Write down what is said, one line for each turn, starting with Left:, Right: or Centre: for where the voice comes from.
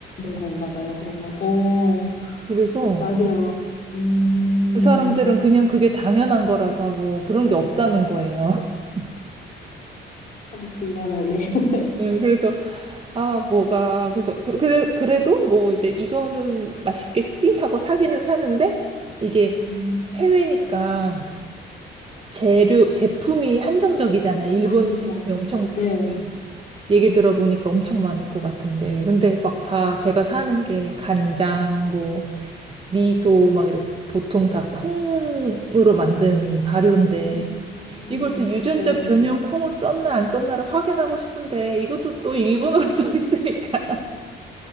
Left: 건가 봐요, 그러면. 어,
Right: 그래서
Left: 맞아요. 음,
Right: 그 사람들은 그냥 그게 당연한 거라서 뭐 그런 게 없다는 거예요. <laughs>
Left: 어, 곤란하네. <laughs>
Right: 네, 그래서 아 뭐가 그래서 그- 그래 그래도 뭐 이제 이거는 맛있겠지 하고 사기는 사는데 이게
Left: 음,
Right: 해외니까 재료 제품이 한정적이잖아요. 일본
Left: 아는지
Right: 제품이
Left: 아는지.
Right: 엄청
Left: 네.
Right: 지금 얘기 들어보니까 엄청 많을 것 같은데. 근데 막 다 제가 사는 게 간장, 뭐, 미소, 막 이렇게 보통 다 콩으로 만든 발효인데.
Left: 음,
Right: 이걸 또 유전자
Left: 네.
Right: 변형 콩을 썼나 안 썼나를 확인하고 싶은데 이것도 또 일본어로 <laughs> 써 있으니까.